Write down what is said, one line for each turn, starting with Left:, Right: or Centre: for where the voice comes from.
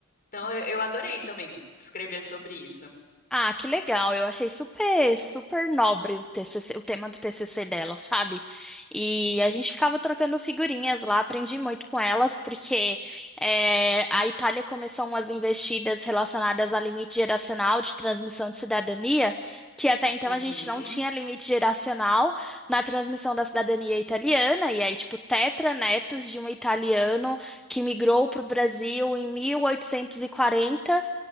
Left: Então, eu, eu adorei também escrever sobre isso.
Centre: Ah, que legal. Eu achei super, super nobre o TCC, o tema do TCC dela, sabe? E a gente ficava trocando figurinhas lá, aprendi muito com elas, porque eh, a Itália começou umas investidas relacionadas a limite geracional de transmissão de cidadania, que até então
Left: Uhum,
Centre: a gente não tinha limite geracional na transmissão da cidadania italiana, e aí, tipo, tetranetos de um italiano que migrou para o Brasil em 1840.